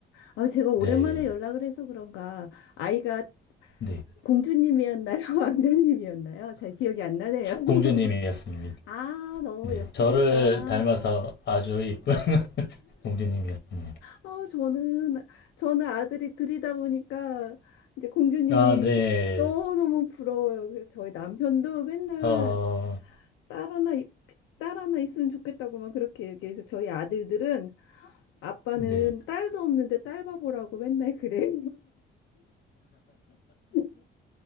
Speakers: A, on the left (about 85°); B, on the left (about 60°).
A: 아, 제가 오랜만에
B: 네,
A: 연락을 해서 그런가 아이가
B: 네.
A: 공주님이었나요? <laughs> 왕자님이었나요? 잘 기억이 안 나네요. <laughs>
B: 공주님이었습니다.
A: 아, 너무
B: 네,
A: 예쁘겠다.
B: 저를 닮아서 아주 이쁜 공주님이었습니다.
A: 어, 저는, 저는 아들이 둘이다 보니까 이제 공주님이
B: 아, 네.
A: 너무너무 부러워요. 그래서 저희 남편도 맨날
B: 어,
A: 딸 하나, 있- 딸 하나 있으면 좋겠다고만 그렇게 얘기해서 저희 아들들은 아빠는
B: 네.
A: 딸도 없는데 딸 바보라고 맨날 그래요. <laughs>